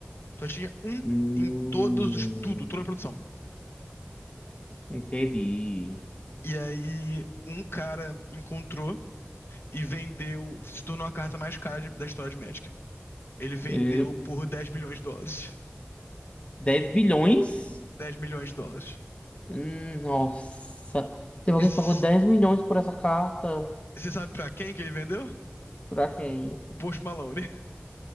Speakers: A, on the left; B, on the left.
A: Só tinha um
B: Hum,
A: em todos os, tudo, toda a produção.
B: entendi.
A: E aí, um cara encontrou e vendeu, se tornou a carta mais cara de- da história de Magic. Ele vendeu
B: Ele-
A: por 10 bilhões de dólares.
B: dez bilhões?
A: <laughs> dez milhões de dólares.
B: Hum, Nossa. Teve alguém
A: E você
B: que pagou 10 milhões por essa carta?
A: sabe pra quem que ele vendeu?
B: Pra quem?
A: Pro Post Malone.